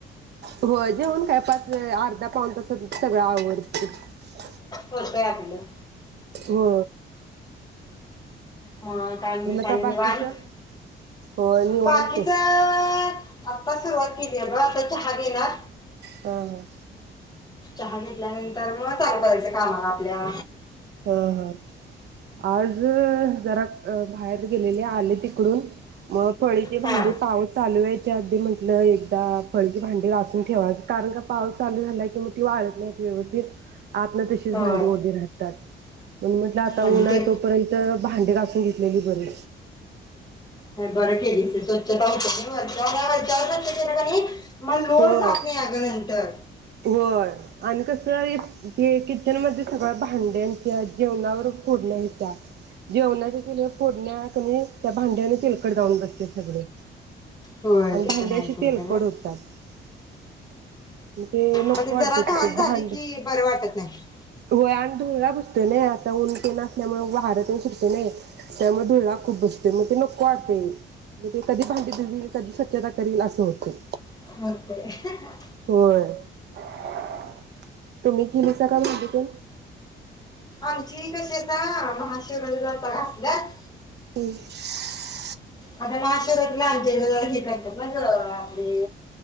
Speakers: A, on the right; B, on the left.
A: हो जेवन काय पा अर्धा पन तस सगळं आवड <unintelligible>
B: होतंय आपलं
A: हो
B: ह काही बाकी
A: का
B: निवांत,
A: बाकीच होय निवांत
B: बाकीच आत्ता सुरुवात केली आहे ब आता चहा घेनार
A: हा हा
B: चहा घेतल्यानंतर म चालु करायचं कामाला आपल्या
A: हा हा आज ज जरा बाहेर गेलेले आले तिकडून मग फळीची भांडी
B: हा
A: पाऊस चालू व्हायच्या आधी म्हंटलं एकदा फळीची भांडी घासून ठेवावी, कारण का पाऊस चालू झालाय कि मग ती वाढत नाहीत व्यवस्थित आतन तशीच
B: होय
A: भांडी ओली राहतात. म्हणून म्हटलं आता
B: आणि
A: ऊन आहे
B: ते
A: तोपर्यंत भांडे घासुन घेतल्याची बरी
B: बरं केलंस, ‌ स्वच्छता होत्या, <inaudible> वरच्या वर केलीस किनी मग लोड
A: होय
B: जात नाही आग नंतर
A: होय आणि कस ते किचन मध्ये सगळ्या भांड्यांच्या जेवणावर फोडण्या त्या जेवणाच्या सगळ फोडण्या कनी त्या भांड्यावरनी तिलकड जाऊन बसते सगळे
B: होय
A: आणि
B: ते
A: भांडी
B: पण आहे
A: अशी
B: सोड
A: तेलकड
B: खरं
A: होतात. <unintelligible> ते नको
B: मग ती
A: वाढते
B: जरा घाण
A: तिथे
B: झाली
A: भांड
B: की बरं वाटत नाही
A: होय आणि धुळ्ळा बस त नाही आता ऊन तेन असल्यामुळे वार तेन सुटते नाही, त्यामुळे धुळला खूप बसते मग ते नको वाढते म ते कधी भांडी दिरल कधी स्वच्छता करल असं होते.
B: <unintelligible>
A: बर तुम्ही केलीस का भांडी तेन
B: आमची कशी आहेता महाशिवरात्रीला घासल्यात
A: ह
B: आता महाशिवरात्रीला आमच्या इथं जरा हे करतात ना गं आपली